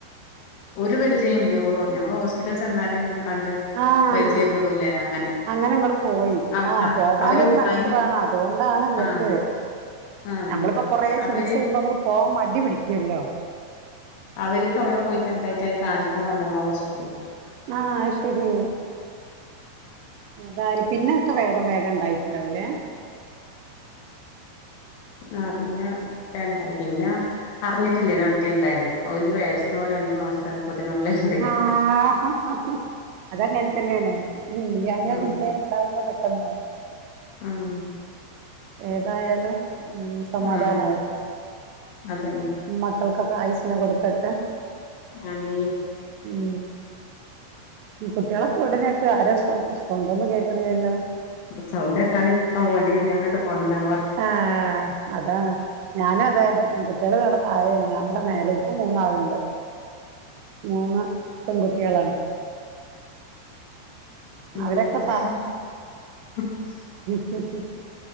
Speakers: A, on the left; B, on the right.
A: ഒരു പരിചയൊല്ല്യാ ഓ ഞമ്മള് ഹോസ്പിറ്റൽല് ചെന്നാല് കണ്ട്
B: ആഹ്
A: പരിചയപ്പെടൂലേ അങ്ങനെ
B: അങ്ങനെ ഇങ്ങള്പോയി
A: അവ
B: ആഹ് പോകനു
A: അവര്
B: ഒരു മനസ്സ്
A: അയിന്
B: വേണം അതുകൊണ്ടാണ് ഇങ്ങക്ക്
A: ആഹ് ആഹ്
B: നമ്മളിപ്പോ കൊറേ ചികിത്സ
A: അവര്
B: ചെയ്യുമ്പോ നമ്മക്ക് പോവാൻ മടി പിടിക്കൊല്ലോ
A: അവര്ക്ക് അവടെ പോയിട്ട് എന്തായിറ്റാ അത് കാണിക്കാൻ വന്നാണ് ആ ഹോസ്പിറ്റൽക്ക്
B: ആഹ് അയ്ശരി ഏതായാലും പിന്നെ ഒക്കെ വേഗം വേഗം ഇണ്ടായിറ്റ് ഇണ്ടാവുംല്ലേ
A: ആഹ് പിന്നെ വേം ഇണ്ടായി പിന്നെ അറിഞ്ഞിട്ടില്ലേയ്ന്ന് അഹ് മറ്റേ ഇണ്ടായത് ഒര് വയസ്സ് സ്സോ രണ്ട് മാസോ ആയപ്പോത്തി ത്തിന് പള്ളേല് ഇണ്ടാ
B: ആഹ് അതങ്ങൻതന്നേണ് ഇല്ല്യാഞ്ഞാ
A: ഉം
B: പിന്നെ ഇണ്ടാവുമ്പൊ പെട്ടെന്നാവും
A: ആഹ്
B: ഏതായാലും ഉം സമാധാനായി
A: ഉം അതന്നെ
B: മക്കൾക്കൊക്കെ ആയുസിനു കൊടുക്കട്ടെ
A: ആമീൻ
B: ഉം കുട്ടികളൊക്കെ വീട്ടിലുണ്ടോ ആരേം സൗ സൗണ്ട് ഒന്നും കേൾക്കണില്ലല്ലോ
A: സൗണ്ട് കേക്കാതിരിക്കാൻ വേണ്ടി ഞാനിങ്ങോട്ട് പോന്നതാണിപ്പം
B: ആഹ് അതാണ് ഞാനുവതേ, കുട്ടികൾ അവ്ടെ താഴയാണ് ഞാൻ ഇവിടെ മേലേ. ഇൻക്ക് മൂന്നാളുണ്ട് മൂന്ന് പെൺകുട്ടികളാണ്
A: <unintelligible>
B: അവരൊക്കെ ഉം ഉം